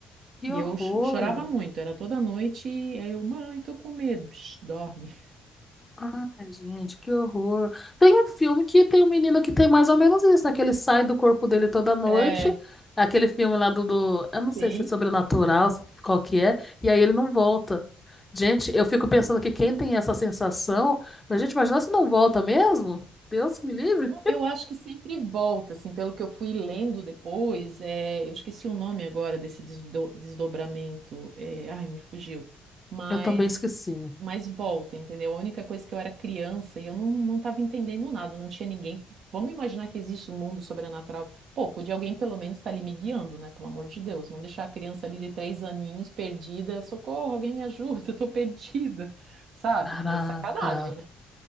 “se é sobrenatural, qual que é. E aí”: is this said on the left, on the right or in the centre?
Left